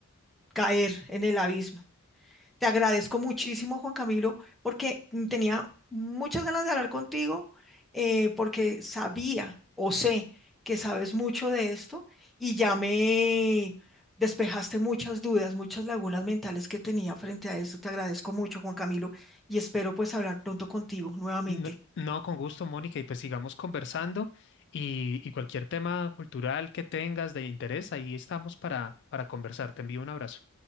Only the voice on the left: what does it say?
No, no, con gusto, Mónica, y pues sigamos conversando y, y cualquier tema cultural que tengas de interés, ahí estamos para, para conversar. Te envío un abrazo.